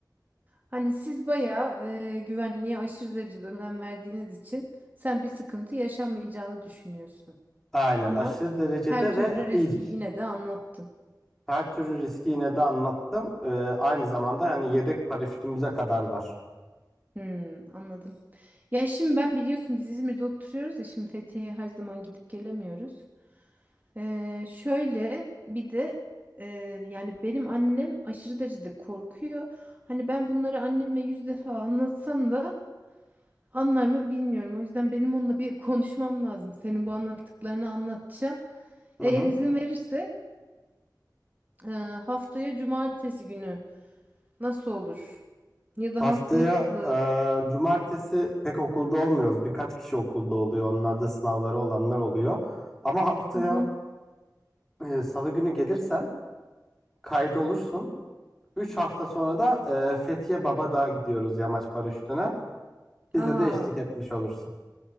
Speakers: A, on the right (about 25°); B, in the centre.
A: Hani siz bayağı e, güvenliğe aşırı derecede önem verdiğiniz için sen bir sıkıntı yaşanmayacağını düşünüyorsun.
B: Aynen,
A: Ama
B: aşırı derecede
A: her türlü
B: ve
A: riski
B: ilk.
A: yine de anlattın.
B: Her türlü riski yine de anlattım. E, aynı zamanda hani yedek paraşütümüze kadar var.
A: Hmm, anladım. Ya şimdi ben biliyorsun biz İzmir'de oturuyoruz ya şimdi Fethiye'ye her zaman gidip gelemiyoruz. Ee, şöyle bir de e, yani benim annem aşırı derecede korkuyor. Hani ben bunları anneme yüz defa anlatsam da anlar mı bilmiyorum. O yüzden benim onunla bir konuşmam lazım. Senin bu anlattıklarını anlatacağım.
B: Hı
A: Eğer
B: hı.
A: izin verirse e, haftaya cumartesi günü. Nasıl olur? Ya da
B: Haftaya
A: haftaya salı.
B: e, cumartesi pek okulda olmuyoruz. Birkaç kişi okulda oluyor. Onlar da sınavları olanlar oluyor. Ama haftaya
A: Hı hı.
B: e, salı günü gelirsen kaydolursun. 3 hafta sonra da e, Fethiye Babadağ'a gidiyoruz yamaç paraşütüne. Bize
A: Aa,
B: de eşlik etmiş olursun.